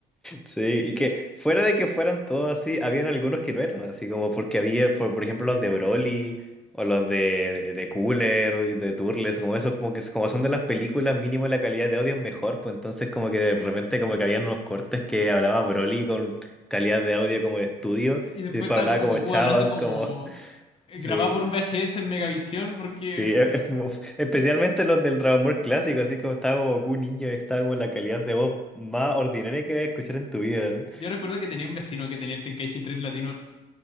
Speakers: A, in the centre; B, on the left.
A: Sí, y que fuera de que fueran todos así, habían algunos que no eran así, como porque había, por, por ejemplo, los de Broly o los de, de, de Cooler y de Turles, como esos, como que como son de las películas, mínimo la calidad de audio es mejor, pues entonces como que de repente como que habían unos cortes que hablaba Broly con calidad de audio como de estudio
B: Y después
A: y después
B: estaba
A: hablaba
B: como
A: como
B: Goku
A: chavas,
B: hablando como
A: como... <laughs>
B: eh,
A: Sí,
B: grabado por un VHS en Megavisión, porque
A: sí, e- es como- especialmente los del Dragon Ball clásico, así como estaba como Goku niño, y estaba como la calidad de voz más ordinaria que vas a escuchar en tu vida.
B: yo recuerdo que tenía un vecino que tenía el Tenkaichi tres latino